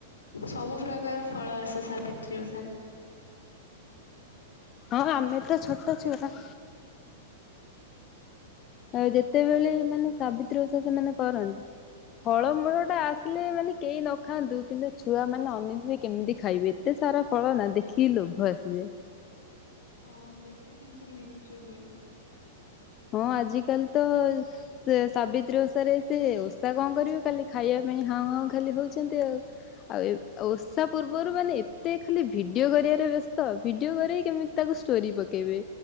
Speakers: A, on the left; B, on the left.
A: ସବୁ ପ୍ରକାର ଫଳ ଆସେ ସାବିତ୍ରୀ ଓଷାରେ।
B: ହଁ ହଁ ଆମେ ତ ଛୋଟ ଛୁଆ ଆଉ ଯେତେବେଳେ ମାନେ ସାବିତ୍ରୀ ଓଷା ସେମାନେ କରନ୍ତି ଫଳମୂଳଟା ଆ ସିଲେ ମାନେ କେହି ନ ଖାଆନ୍ତୁ କିନ୍ତୁ ଛୁଆମାନେ ଅନେଇ ଥିବେ କେମିତି ଖାଇବେ ଏତେ ସାରା ଫଳ ନା ଦେ ଖିକି ଲୋଭ ଆସିଯାଏ।
A: ହଁ ବେଶୀ କିନ୍ତୁ ଲିଚୁ କୋଳି।
B: ହଁ ଆଜିିକାଲି ତ ସେ ସାବିତ୍ରୀ ଓଷାରେ ସେ ଓଷା କଣ କରିବେ ଖାଲି ଖାଇବା ପାଇଁ ହାଉଁ ହାଉଁ ଖାଲି ହଉଚନ୍ତି ଆଉ। ଆଉ ଏବ୍ ଓଷା ପୂର୍ବରୁ ମାନେ ଏତେ ଖାଲି ଭିଡିଓ କରିବାରେ ବ୍ୟସ୍ତ ଭିଡିଓ କରିକି କେମି ତାକୁ ଷ୍ଟୋରି ପକେଇବେ